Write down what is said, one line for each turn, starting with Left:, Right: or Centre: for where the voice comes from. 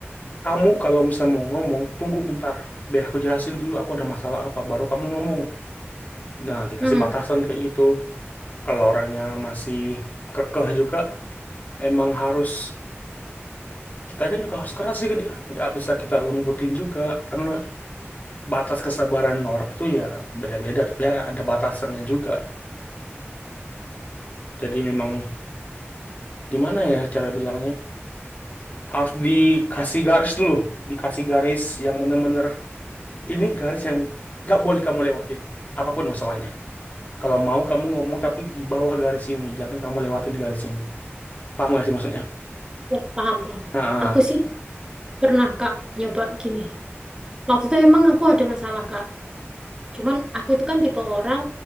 Left: Kamu kalau misalnya mau ngomong, tunggu bentar. Biar aku jelasin dulu aku ada masalah apa, baru kamu ngomong. Nah, dikasih
Right: hmm.
Left: batasan kayak gitu. kalau orangnya masih kekeh juga emang harus kitanya juga harus keras sih ke dia nggak bisa kita lembutin juga karena batas kesabaran orang itu ya beda-beda tapi ya ada batasannya juga jadi memang gimana ya cara bilangnya harus dikasih garis dulu dikasih garis yang bener-bener ini garis yang nggak boleh kamu lewatin apapun masalahnya kalau mau kamu ngomong tapi di bawah garis ini jangan kamu lewatin garis ini paham gak sih maksudnya
Right: Ya, paham, paham.
Left: Nah,
Right: Aku sih pernah, Kak, nyoba gini. Waktu itu emang aku ada masalah, Kak. Cuman aku itu kan tipe orang